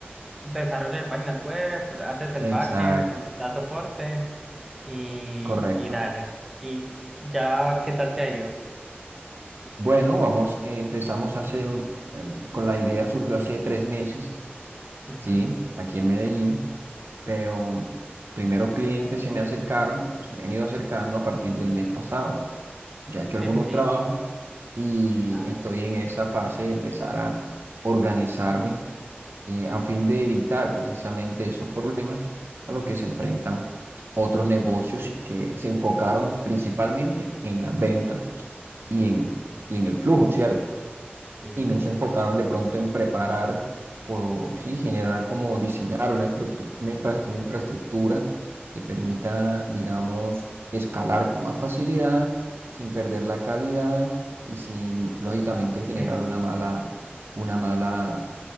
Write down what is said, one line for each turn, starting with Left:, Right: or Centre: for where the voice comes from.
Centre: desarrollo de páginas web, haces el
Right: Exacto,
Centre: backend, le das soporte y,
Right: correcto.
Centre: y dale. ¿Y ya qué tal te ha ido?
Right: Bueno, vamos, eh, empezamos hace un- em, con la idea, surgió hace tres meses,
Centre: Ujú,
Right: ¿sí? Aquí en Medellín. pero primeros clientes se me acercaron, o se me han ido acercando a partir del mes pasado. Ya he hecho
Centre: Sí,
Right: algunos
Centre: sí, sí.
Right: trabajos y
Centre: Ah,
Right: estoy
Centre: ok.
Right: en esa fase de empezar a organizarme eh, a fin de evitar precisamente esos problemas a los que se enfrentan otros negocios y que se enfocaron principalmente en las ventas y en, y en el flujo, ¿cierto?
Centre: Sí.
Right: y no se enfocaron de pronto en preparar o sí, generar como diseñar una infraestru- una infra- una infraestructura que permita, digamos, escalar con más facilidad, sin perder la calidad y sin, lógicamente,
Centre: Va-
Right: generar
Centre: sí.
Right: una mala, una mala